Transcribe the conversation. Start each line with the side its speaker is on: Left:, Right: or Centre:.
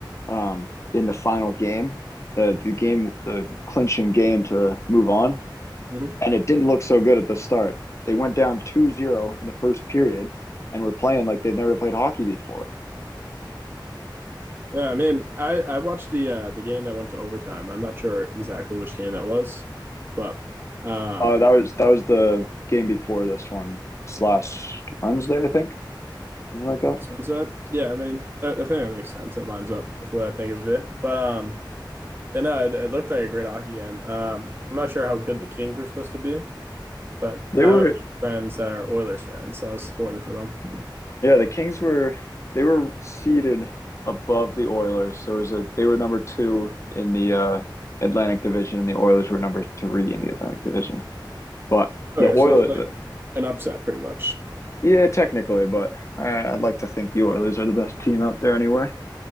Left: um, in the final game, the, the game, the clinching game to move on
Right: hmm
Left: and it didn't look so good at the start. They went down two zero in the first period and were playing like they've never played hockey before.
Right: Yeah, I mean, I I watched the uh the game that went to overtime. I'm not sure exactly which game that was, but um,
Left: Uh, that was that was the game before this one slash Wednesday, I think, something like that.
Right: that. Yeah, I mean, I, I think that makes sense. It lines up with what I think it would be. But um, and uh, it, it looked like a great hockey game. Um, I'm not sure how good the Kings were supposed to be, but
Left: They
Right: I
Left: were
Right: have a few friends that are Oilers fans, so I was supporting for them.
Left: yeah, the Kings were they were seated above the Oilers, so it was a they were number two in the uh, Atlantic Division, and the Oilers were number three in the Atlantic Division. But
Right: Okay,
Left: the Oilers,
Right: so it's like an upset, pretty much.
Left: yeah, technically, but uh, I'd like to think the Oilers are the best team out there anyway.